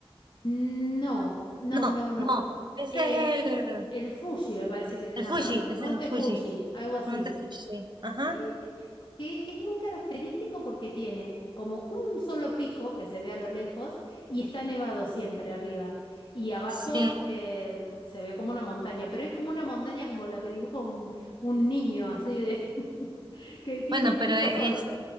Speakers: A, on the left; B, on the right.
A: No, no,
B: No,
A: no, no.
B: no, ese
A: Eh,
B: es el,
A: el Fuji me parece que se
B: el
A: llama,
B: Fuji,
A: Monte
B: ese es el
A: Fuji,
B: Fuji,
A: algo así.
B: Monte Fuji. Ajá,
A: Sí, que es muy característico porque tiene como un solo pico que se ve a lo lejos y está nevado siempre arriba. Y abajo
B: sí.
A: eh, se ve como una montaña, pero es como una montaña como la que dibuja un, un niño, así de <laughs> que tiene
B: Bueno,
A: un
B: pero
A: pico
B: e-
A: solo.
B: es,